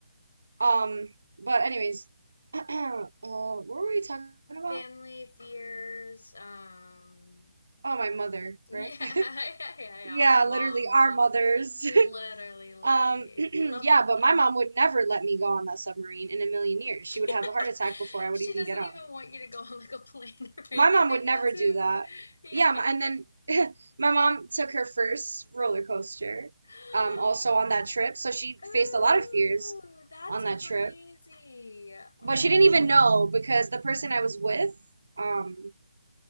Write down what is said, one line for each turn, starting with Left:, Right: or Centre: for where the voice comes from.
Right: Um, but anyways, <clears throat> uh, what were we talking about?
Left: Family fears. Um.
Right: Oh, my mother,
Left: Yeah.
Right: right? <laughs>
Left: <laughs> Yeah. Yeah. yeah.
Right: Yeah,
Left: Our moms
Right: literally our
Left: and
Right: mothers.
Left: literally,
Right: <laughs>
Left: literally
Right: Um, <clears throat> yeah,
Left: love them
Right: but
Left: though.
Right: my mom would never let me go on that submarine in a million years. She
Left: <laughs>
Right: would have a heart attack before I
Left: she
Right: would even
Left: doesn't
Right: get on
Left: even
Right: it.
Left: want you to go on like a plane <laughs> or anything.
Right: My mom would
Left: That's
Right: never
Left: who.
Right: do that.
Left: <laughs> Yeah.
Right: Yeah, m- and then <laughs> my mom took her first roller coaster,
Left: <gasps>
Right: um, also on that trip. So she
Left: Ooh,
Right: faced a lot of fears
Left: that's
Right: on that
Left: crazy.
Right: trip.
Left: Aww,
Right: But she didn't even know because the person I was with, um,